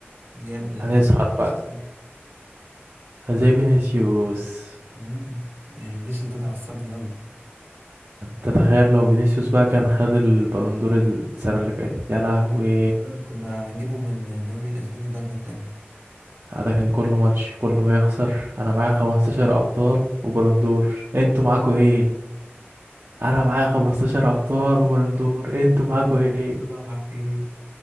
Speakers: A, on the right; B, on the right.
A: يعمل الحركه
B: هنسهر
A: فينيسيوس
B: بقى
A: كده
B: زي فينيسيوس
A: امم يعني فينيسيوس ده بيعصبني قوي
B: تتخيل لو فينيسيوس بقى كان خد البالون دور السنة اللي فاتت يا لهوي
A: آه، كنا هنجيبه من الدوري الاسباني الدرجه التانية
B: ده كان كل ماتش كل ما يخسر انا
A: طيب
B: معايا 15 ابطال وبالون دور انتوا معاكوا ايه انا معايا 15 ابطال
A: آه،
B: وبالون دور انتوا
A: وبلد
B: معاكوا
A: دور
B: ايه
A: انتوا بقى معاكوا ايه